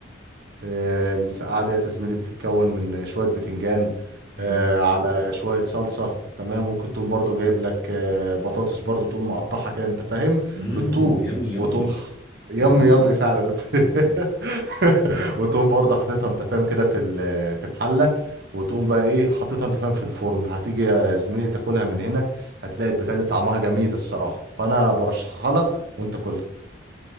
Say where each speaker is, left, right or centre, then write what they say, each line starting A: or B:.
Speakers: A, on the right; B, on the left.
A: آه، المسقعة ديت يا زميلي بتتكون من شوية بتنجان
B: حلو
A: آه، على شوية صلصة تمام ممكن تقوم برضو جايب لك آه، بطاطس برضو تقوم مقطعها كده انت فاهم
B: امم
A: بالطول
B: يمي يمي
A: وتقوم ح- يم
B: لذيذ
A: يم فعلا
B: <laughs>
A: <laughs> وتقوم برضه حاططها انت فاهم كده في ال- في الحلة وتقوم بقى ايه حاططها انت فاهم في الفرن هتيجي يا زميلي تاكلها من هنا هتلاقي البتاعة دي طعمها جميل الصراحة فانا برشحها لك وانت كلها